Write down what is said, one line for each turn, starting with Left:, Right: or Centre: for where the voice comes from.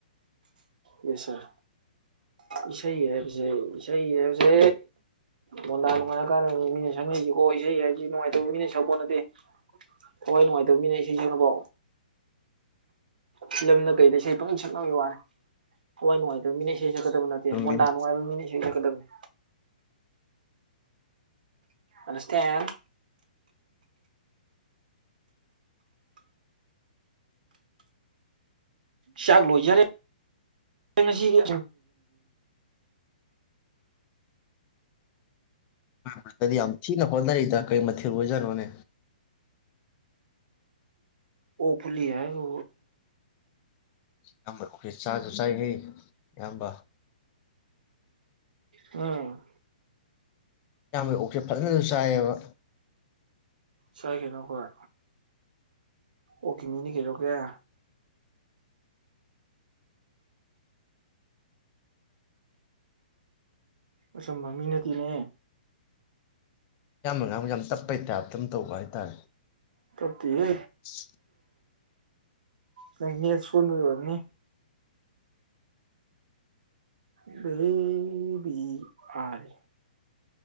Right: ꯌꯦꯟꯁꯪ ꯏꯁꯩ ꯍꯥꯏꯕꯁꯦ ꯏꯁꯩ ꯍꯥꯏꯕꯁꯦ ꯃꯣꯟꯗꯥ ꯅꯨꯡꯉꯥꯏꯔ ꯀꯥꯟꯗꯅꯤ ꯃꯤꯅ ꯁꯛꯅꯩꯁꯤꯀꯣ ꯏꯁꯩ ꯍꯥꯏꯖꯤ ꯅꯨꯡꯉꯥꯏꯇꯕ ꯃꯤꯅ ꯁꯛꯄꯣꯠ ꯅꯠꯇꯦ ꯊꯋꯥꯏ ꯅꯨꯡꯉꯥꯏꯇꯕ ꯃꯤꯅ ꯏꯁꯩ ꯁꯛꯅꯕꯣ ꯐꯤꯂꯝꯗ ꯀꯩꯗ ꯏꯁꯩ ꯄꯪ ꯁꯛꯅꯕ ꯋꯥꯅꯦ ꯊꯋꯥꯏ ꯅꯨꯡꯉꯥꯏ ꯇꯕ ꯃꯤꯅ‌ ꯏꯁꯩ ꯁꯛꯀꯗꯕ ꯅꯠꯇꯦ
Left: ꯆꯨꯝꯃꯤꯅꯦ
Right: ꯃꯣꯟꯗꯥ ꯅꯨꯡꯉꯥꯏꯕ ꯃꯤꯅ ꯏꯁꯩ ꯁꯛꯀꯗꯕꯅꯤ ꯑꯟꯗꯁꯇꯦꯟ ꯆꯥꯛ ꯂꯣꯏꯖꯔꯦ ꯉꯁꯤꯒꯤ
Left: <unintelligible> ꯌꯥꯝ ꯊꯤꯅ ꯍꯣꯠꯅꯔꯤꯗ ꯀꯩ ꯃꯊꯤꯦꯜ ꯑꯣꯏꯖꯅꯣꯅꯦ
Right: ꯑꯣꯛ ꯐꯨꯠꯂꯤ ꯍꯥꯏꯒꯣ
Left: ꯑꯌꯥꯝꯕ ꯆꯥꯁꯨ ꯆꯥꯏꯍꯦ ꯏꯌꯥꯝꯕ
Right: ꯎꯝ
Left: ꯏꯌꯥꯝꯕꯩ ꯑꯣꯛꯁꯦ ꯐꯖꯅꯁꯨ ꯆꯥꯏꯑꯦꯕ
Right: ꯆꯥꯏ ꯀꯩꯅꯣꯈꯣꯏ ꯑꯣꯛꯀꯤ ꯃꯤꯅꯤ ꯀꯩꯗꯧꯔꯒꯦ ꯑꯆꯥꯝꯕ ꯃꯤ ꯅꯠꯇꯦꯅꯦ
Left: ꯏꯌꯥꯝꯕꯅ ꯉꯥꯡꯕꯖꯦ ꯌꯥꯝ ꯇꯞꯄꯩ ꯇꯥꯏꯞꯇ ꯇꯧꯕ ꯍꯥꯏꯇꯥꯔꯦ
Right: ꯇꯞꯇꯤꯌꯦ
Left: ꯑꯁ <inaudible>
Right: ꯅꯪ ꯅꯦꯠ ꯁꯣꯟꯕꯩ ꯑꯣꯏꯔꯝꯅꯤ ꯈꯪ ꯕꯤ ꯑꯥꯔꯤ <inaudible>